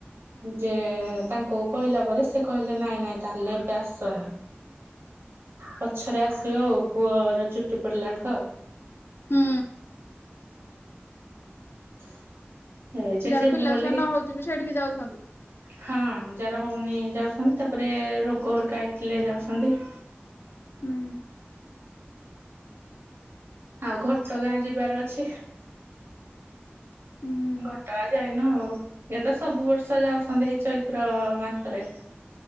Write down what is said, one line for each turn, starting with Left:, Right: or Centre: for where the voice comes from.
Right: ଯେ ତାଙ୍କୁ କହିଲା ପରେ ସେ କହିଲେ ନାଇଁ ନାଇଁ ତାହେଲେ ଏବେ ଆସନି। ପଛରେ ଆସିବ ଆଉ ପୁଅର ଚୁଟି ପଡିଲା ଠୁ ଆଉ।
Left: ହୁଁ।
Right: <inaudible> ଯେ
Left: ଯାହାର
Right: ଯିବୁ
Left: ପିଲା
Right: ବୋଲି
Left: ଛୁଆ ନ ହଉଛି ବି ସେଇଠିକି ଯାଉଛନ୍ତି।
Right: ହଁ ଯାର ହଉନି ଯାଉଛନ୍ତି ତାପରେ ରୋଗ ହେରିକା ହେଇଥିଲେ ଯାଉଛନ୍ତି।
Left: ହୁଁ।
Right: ଆଉ ଘଟଗାଁ ଯିବାର ଅଛି।
Left: ହୁଁ
Right: ଘଟଗାଁ ଯାଇନ ଆଉ। ଇଏ ତ ସବୁ ବର୍ଷ ଯାଉଛନ୍ତି ଏଇ ଚୈତ୍ର ମାସରେ।